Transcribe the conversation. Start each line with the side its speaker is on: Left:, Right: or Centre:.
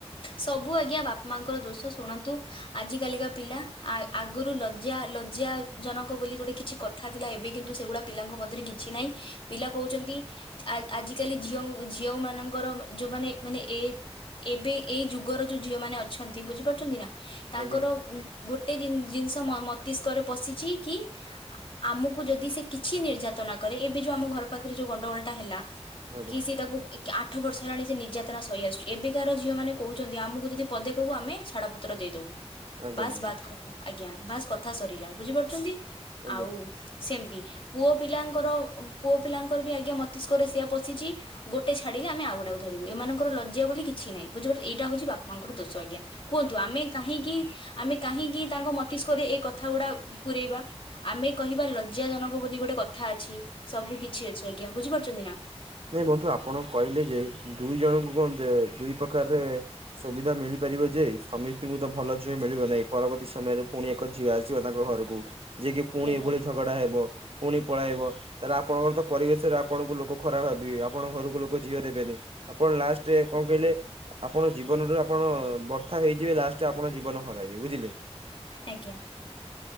Left: ସବୁ ଆଜ୍ଞା ବାପା ମାଆଙ୍କର ଦୋଷ ଶୁଣନ୍ତୁ ଆଜି କାଲିକା ପିଲା। ଆ ଆଗରୁ ଲଜ୍ଜା ଲଜ୍ଜା ଜନକ ବୋଲି ଗୋଟେ କିଛି କଥା ଥିଲା ଏବେ କିନ୍ତୁ ସେଗୁଡା ପିଲାଙ୍କ ମଧ୍ୟରେ କି କିଛି ନାଇଁ ପିଲା କହୁଛନ୍ତି। ଆ ଆଜିକାଲି ଝିଅ ଝିଅ ମାନଙ୍କର ଯୋଉମାନେ ମାନେ ଏ ଏବେ ଏଇ ଯୁଗର ଯୋଉ ଝିଅ ମାନେ ଅଛନ୍ତି ବୁଝିପାରୁଛନ୍ତି ନା ତାଙ୍କର
Right: ଆଜ୍ଞା
Left: ଉ ଗୋଟେ ଜିନିଷ ମସ୍ତିଷ୍କରେ ପଶିଛି କି ଆମକୁ ଯଦି ସେ କିଛି ନିର୍ଯାତନା କରେ ଏବେ ଯୋଉ ଆମ ଘର ପାଖରେ ଯୋଉ ଗଣ୍ଡଗୋଳଟା ହେଲା।
Right: ଆଜ୍ଞା
Left: କି ସିଏ ତାକୁ ଆଠ ବର୍ଷ ହେଲାଣି ସେ ନିର୍ଯାତନା ସହିଆସୁଛି ଏବେ କାର ଝିଅମାନେ କହୁଛନ୍ତି ଆମକୁ ଯଦି ପଦେ କହିବୁ ଆମେ ଛାଡ ପତ୍ର ଦେଇଦବୁ
Right: ଆଜ୍ଞା
Left: ବାସ୍
Right: ଆଜ୍ଞା
Left: ବା <unintelligible> ଆଜ୍ଞା ବାସ୍ କଥା ସରିଲା ବୁଝିପାରୁଛନ୍ତି
Right: ଆଜ୍ଞା।
Left: ଆଉ ସେମିତି ପୁଅ ପିଲାଙ୍କର ପୁଅ ପିଲାଙ୍କର ବି ଆଜ୍ଞା ମସ୍ତିଷ୍କରେ ସେଇଆ ପଶିଛି। ଗୋଟେ ଛାଡିଲେ ଆମେ ଆଉ ଗୋଟେ ଧରିବୁମାନଙ୍କ ଲଜା ବୋଲି କିଛି ହିଁ ବୁଝିପାରିଲ ଏଇଟା ହଉଛି ବାପା ମାଙ୍କର ଦୋଷ ଆଜ୍ଞା। କୁହନ୍ତୁ ଆମେ କାହିଁକି ଆମେ କାହିଁକି ତାଙ୍କ ମସ୍ତିଷ୍କରେ ଏଇ କଥା ଗୁଡା ପୁରେଇବା ଆମେ କହିବା ଲଜ୍ଜାଜନକ ବୋଲି ଗୋଟେ କଥା ଅଛି ସବୁ କିଛି ଅଛି ଆଜ୍ଞା ବୁଝିପାରୁଛନ୍ତି ନା?
Right: ନାଇଁ ବନ୍ଧୁ ଆପଣ କହିଲେ ଯେ ଦୁଇ ଜଣଙ୍କୁ କଣ ଦୁଇ ପ୍ରକାରରେ ସୁବିଧା ମିଳିପାରିବ ଯେ ସମିସ୍ତିଙ୍କୁ ତ ଭଲ ଝିଅ ମିଳିବ ନାହିଁ ପରବର୍ତି ସମୟରେ ଫୁଣି ତାଙ୍କ ଝିଅ ଆସିବ ତାଙ୍କ ଘରକୁ ଯିଏ କିି ପୁଣି
Left: ଆଜ୍ଞା।
Right: ଏଭଳି ଝଗଡା ହେବ ପୁଣି ପଳାଇବ। ତାହେଲେ ଆପଣଙ୍କର ତ ପରିବେଶରେ ଆପଣଙ୍କୁ ଲୋକ ଖରାପ ଭାବିବେ ଆପଣଙ୍କ ଘରକୁ ଲୋକ ଝିଅ ଦେବେନି। ଆପଣ ଲାଷ୍ଟରେ କଣ କହିଲେ ଆପଣ ଜୀବନ ରୁ ଆପଣ ବର୍ଥା ହେଇଯିବେ ଲାଷ୍ଟ ଆପଣ ଜୀବନ ହରାଇବେ ବୁଝିଲେ?
Left: ଆଜ୍ଞା।